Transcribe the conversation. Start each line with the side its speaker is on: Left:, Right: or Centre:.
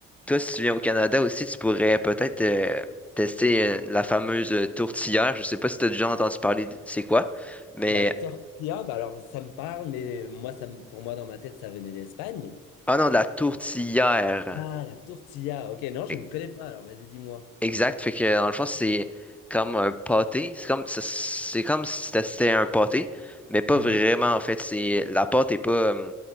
Centre: toi, si tu viens au Canada aussi, tu pourrais peut-être euh, tester euh, la fameuse euh, tourtière. Je sais pas si tu as déjà entendu parler de c'est quoi, mais
Left: La tortilla, bah alors ça me parle, mais moi, ça me- pour moi, dans ma tête, ça venait d'Espagne.
Centre: ah non, de la tourtière.
Left: Ah, la tortilla. Ok, non, je
Centre: E-
Left: ne connais pas. Alors, vas-y, dis-moi.
Centre: Exact. Fait que dans le fond, c'est comme un pâté. C'est comme c'est c'est comme si tu testais un pâté, mais pas
Left: Mhm.
Centre: vraiment en fait. C'est la pâte est pas euh,